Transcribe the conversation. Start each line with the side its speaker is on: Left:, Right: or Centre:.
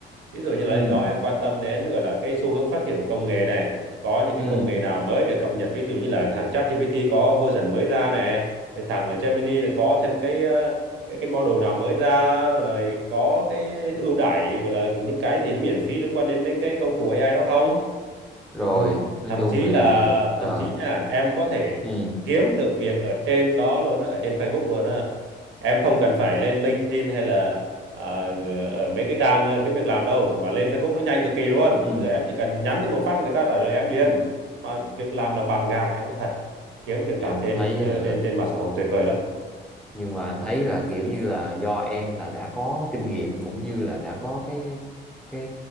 Right: ví dụ như là
Centre: ừ
Right: đó em quan tâm đến gọi là cái xu hướng phát triển của công nghệ này có những cái
Centre: ừ
Right: công nghệ nào mới được cập nhật ví dụ như là thằng ChatGPT có version mới ra này rồi thằng Gemini là có thêm cái ờ, cái cái model nào mới ra rồi có cái ưu đãi gọi là những cái gì nó miễn phí liên quan đến mấy cái công cụ AI đó không
Centre: rồi
Right: rồi
Centre: nói
Right: thậm
Centre: chung
Right: chí
Centre: thì
Right: là
Centre: ờ
Right: thậm chí nha em có thể
Centre: ừ
Right: kiếm được việc ở trên đó luôn á ở trên Facebook luôn á em không cần phải lên LinkedIn hay là ờ, ở mấy cái trang ờ, kiếm việc làm đâu mà lên Facebook nó nhanh cực kỳ luôn
Centre: ừ
Right: bây giờ em chỉ cần nhắn tin một phát là người ta trả lời em liền mà việc làm là bạt ngàn em nói thật kiếm việc
Centre: em
Right: làm trên
Centre: thấy
Right: ờ,
Centre: ờ,
Right: trên trên mạng xã hội tuyệt vời lắm
Centre: nhưng mà anh thấy là kiểu như là do em là đã có kinh nghiệm cũng như là đã có cái cái